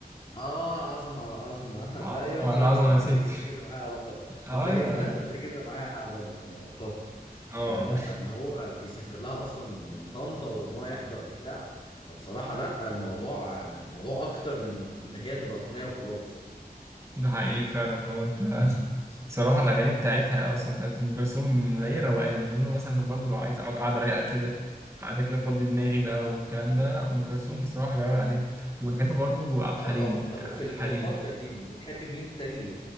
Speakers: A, on the left (about 30°); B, on the right (about 15°).
A: اه عظمة على عظمة
B: عظمة
A: <laughs> ايوه الله
B: على عظمة
A: ينور
B: يا
A: عليك
B: ست
A: انت كده معايا على خط
B: ايوه
A: انت كده
B: يا عم
A: <laughs> انت كده معايا على الخط
B: اه
A: ف... فان هو يسافر لها اصلا من طنطا وان هو يحضر وبتاع فبصراحة لا الموضوع موضوع اكتر من ان هي تبقى اغنية وخلاص
B: ده حقيقي فعلا لو انت بصراحة الأغاني بتاعتها أصلا بتاعت أم كلثوم هي روقان إن أنا مثلا برضه لو عايز أقعد قعدة رايقة كده قعدة كده أفضي دماغي بقى والكلام ده لا أم كلثوم بصراحة لا يعلى عليه وبحب برضه عبد الحليم
A: اه طبعا طب في
B: عبد
A: ال-
B: الحليم
A: في الفترة دي بتحب مين تاني